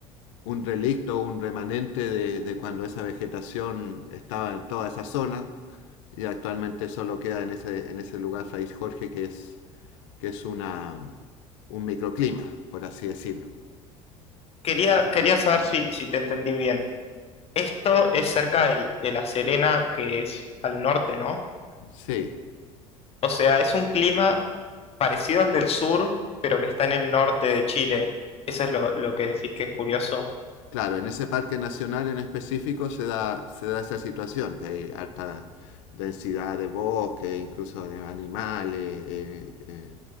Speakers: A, on the left; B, on the left.
A: un relicto, un remanente de, de cuando esa vegetación estaba en toda esa zona y actualmente solo queda en ese, en ese lugar Fray Jorge que es, que es una, un microclima, por así decirlo.
B: Quería, quería saber si, si te entendí bien. Esto es cerca del- de La Serena, que es al norte, ¿no?
A: Sí,
B: O sea, es un clima parecido al del sur, pero que está en el norte de Chile. Eso es lo, lo que decís que es curioso.
A: Claro, en ese parque nacional en específico se da, se da esa situación, que hay alta densidad de bosque, incluso de animales, eh, eh,